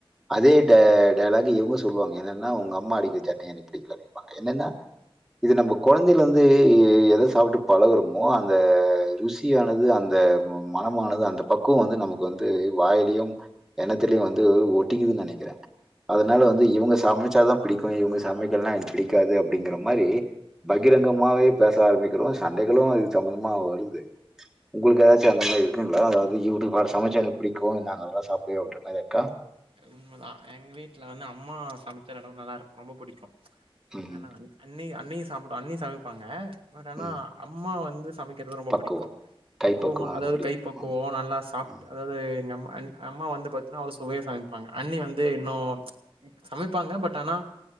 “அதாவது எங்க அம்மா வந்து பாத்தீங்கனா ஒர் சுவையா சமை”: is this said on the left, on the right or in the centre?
Right